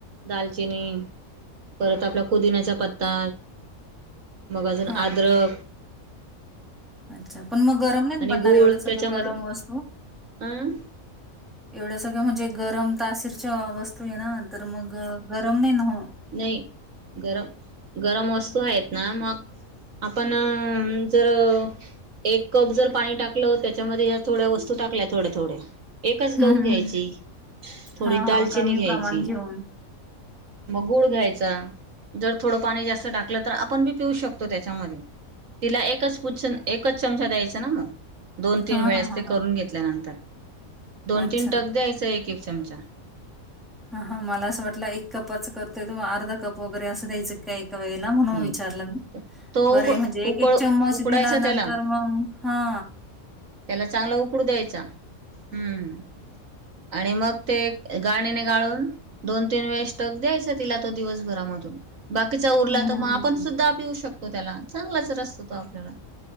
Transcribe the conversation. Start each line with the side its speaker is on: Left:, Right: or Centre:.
Right: दालचिनी परत आपला पुुदिन्याचा पत्ता मग अजून
Centre: हा
Right: अद्रक
Centre: हा ह अच्छा पण मग गरम नाही
Right: आणि
Centre: पडणार
Right: गूळ
Centre: एवढ सगळं
Right: त्याच्यामध्ये
Centre: गरम वस्तू
Right: अं
Centre: एवढ सगळं म्हणजे गरम तासरच्या वस्तू आहे ना तर मग गरम नाही न
Right: नाही गरम गरम वस्तू आहेत ना मग आपण जर एक कप जर पाणी टाकलं त्याच्यामध्ये ह्या थोड्या वस्तू टाकल्या थोडे थोडे एकच
Centre: हं,
Right: लोंग
Centre: हं,
Right: घ्यायची
Centre: हं.
Right: थोडी
Centre: हां,
Right: दालचिनी
Centre: हां. कमी
Right: घ्यायची
Centre: प्रमाण घेऊन.
Right: गुड घ्यायचा जर थोडं पाणी जास्त टाकलं तर आपण बी पिऊ शकतो त्याच्यामध्ये तिला एकच बुच्चन एकच चमचा द्यायचा मग दोन तीन
Centre: हां,
Right: वेळेस
Centre: हां, हां,
Right: ते
Centre: हां.
Right: करून घेतल्यानंतर दोन
Centre: अच्छा.
Right: तीन टक द्यायचा एक एक चमचा
Centre: हा हा मला असं वाटलं एक कपाच करतोय, तो अर्धा कप वगैरे असं द्याययं का काही? तो येला
Right: नाही
Centre: म्हणून विचारलं
Right: तो
Centre: बरे
Right: उक
Centre: म्हणजे एक
Right: उकळ
Centre: एक चम्मच
Right: उकडायचा
Centre: दिला
Right: त्याला
Centre: नंतर मग हा
Right: त्याला चांगला उकडू द्यायचा हम आणि मग ते गाळणीने गाळून दोन तीन वेळ स्टक द्यायचा तिला तो दिवसभरामधून बाकीचा उरला
Centre: हं,
Right: तर
Centre: हं,
Right: मग आपण
Centre: हं.
Right: सुद्धा पिऊ शकतो त्याला चांगलाच रस तो आपल्याला